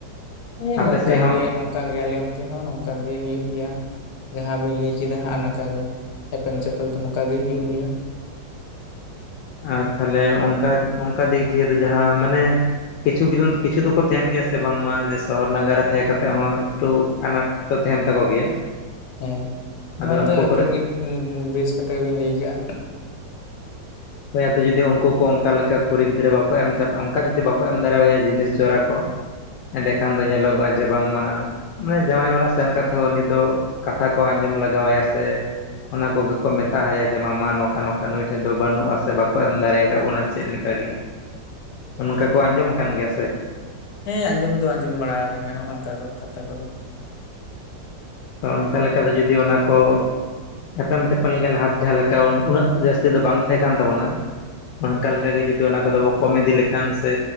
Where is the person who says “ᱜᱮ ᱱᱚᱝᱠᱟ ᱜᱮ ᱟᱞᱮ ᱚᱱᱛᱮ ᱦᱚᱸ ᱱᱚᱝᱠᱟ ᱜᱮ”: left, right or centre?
Left